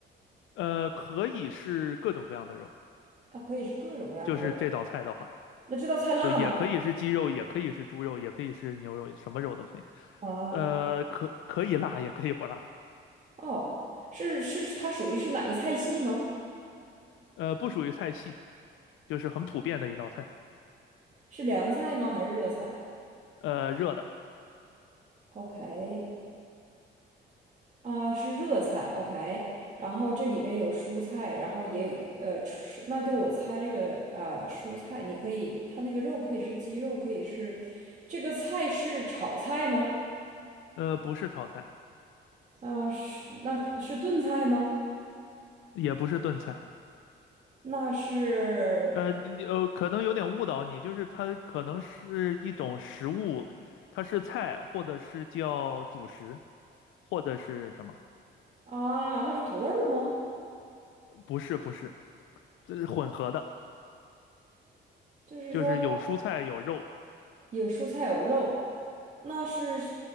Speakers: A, on the left; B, on the right.
A: 呃，可以是各种各样的肉，
B: 啊，可以是各种各样的肉。
A: 就是这道菜的话，
B: 那这道菜辣吗？
A: 就也可以是鸡肉，也可以是猪肉，也可以是牛肉，什么肉都可以。
B: 啊，
A: 呃，可可以辣，也可以不辣。
B: 哦，是是，它属于是哪个菜系吗？
A: 呃，不属于菜系，就是很普遍的一道菜。
B: 是凉菜吗？还是热菜
A: 呃，热的。
B: ？OK，啊，是热菜。OK，然后这里边有蔬菜，然后也有呃，蔬那就我猜这个呃蔬菜，你可以，它那个肉可以是鸡肉，可以是这个菜是炒菜吗？
A: 呃，不是炒菜，
B: 啊，是那个是炖菜吗？
A: 也不是炖菜，
B: 那是
A: 呃，你你呃，可能有点误导你，就是它可能是一种食物，它是菜，或者是叫主食，或者是什么？
B: 啊，那是土豆儿吗？
A: 不是，不是，这是混合的，
B: 就是说。
A: 就是有蔬菜有肉，
B: 有蔬菜有肉，那是